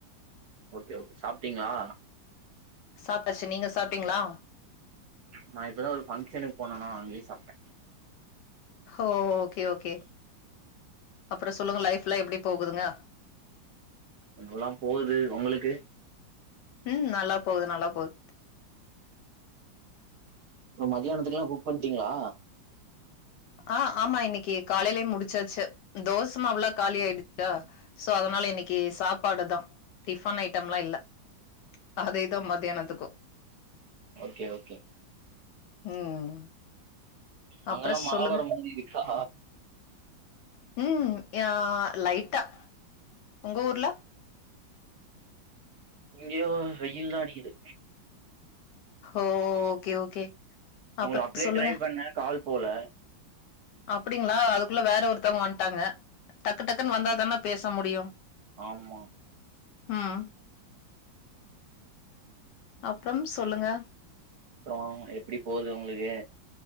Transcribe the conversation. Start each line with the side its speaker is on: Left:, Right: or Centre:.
Right: ஓகே ஓகே சாப்ட்டீங்களா
Left: சாப்ட்டாச்சு நீங்க சாப்ட்டீங்களா
Right: நா இப்போதான் ஒரு பங்க்ஷனுக்கு போனனா அங்கய சாப்ட்டேன்
Left: ஓ ஹோ ஓகே ஓகே அப்றம் சொல்லுங்க லைஃப்லாம் எப்டி போகுதுங்க
Right: அதுலாம் போகுது உங்களுக்கு
Left: ம் நல்லா போகுது நல்லா போகுது
Right: இப்ப மதியானத்துக்குல்லாம் குக் பண்ட்டீங்களா
Left: ஆ ஆமா இன்னைக்கு காலைலயே முடிச்சாச்சு தோச மாவுல காலியிடுச்சா சோ அதனால இன்னைக்கு சாப் பாடு தா டிபன் ஐட்டம்லாம் இல்ல அதே தா மத்தியானத்துக்கும்
Right: ஓகே ஓகே
Left: ம்
Right: அங்கல்லாம்
Left: அப்றோ
Right: மழவர
Left: சொல்லுங்க
Right: மாரி இருக்கா
Left: ம் யான் லைட்டா உங்க ஊர்ல
Right: இங்கயு வெயில் தா அடிக்குது
Left: ஓ ஓகே ஓகே அப்றோ
Right: உங்கள அப்டியே
Left: சொல்லுங்க
Right: ட்ரை பண்ணன் கால் போல
Left: அப்டிங்களா அதுக்குள்ள வேற ஒருத்தவங்க வந்ட்டாங்க டக்கு டக்குன்னு வந்தா தானே பேச முடியும்
Right: ஆமா
Left: ம் அப்றம் சொல்லுங்க
Right: அப்றம் எப்டி போகுது உங்களுக்கு